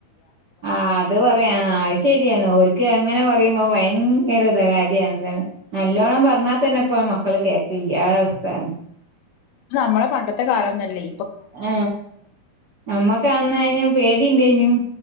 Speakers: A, on the right; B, on the left.
A: ആ അത് പറയാ അയ് ശരിയാണ് ഓൽക്ക് എങ്ങനെ പറയുമ്പോ ഭയ <unintelligible> നല്ലോണം പറഞ്ഞാ തന്നെ ഇപ്പ മക്കള് കേൾക് വല്യലെസ്തെണ്
B: ത് നമ്മളെ പണ്ടത്തെ കാലംന്നല്ലേ
A: ആ നമ്മക്കന്നയ്ന് പേടിണ്ടയ്നു